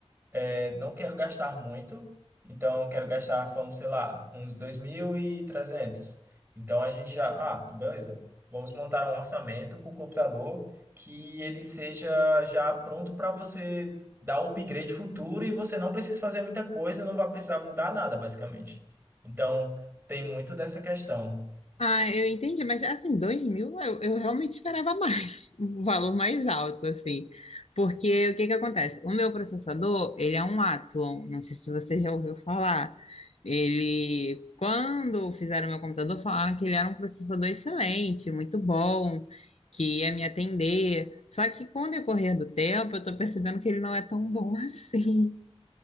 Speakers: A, on the right; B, on the left.
A: é, não quero gastar muito, então eu quero gastar, vamos, sei lá, uns 2.300. Então a gente já, ah, beleza, vamos montar um orçamento com o computador que ele seja já pronto para você dar o upgrade futuro e você não precisa fazer muita coisa, não vai precisar mudar nada, basicamente. Então tem muito dessa questão.
B: Ah, eu entendi, mas assim, dois mil eu, eu realmente esperava mais, <laughs> um valor mais alto, assim. Porque o que que acontece? O meu processador, ele é um Athlon, não sei se você já ouviu falar. Ele, quando fizeram o meu computador, falaram que ele era um processador excelente, muito bom, que ia me atender. Só que com o decorrer do tempo, eu tô percebendo que ele não é tão bom <laughs> assim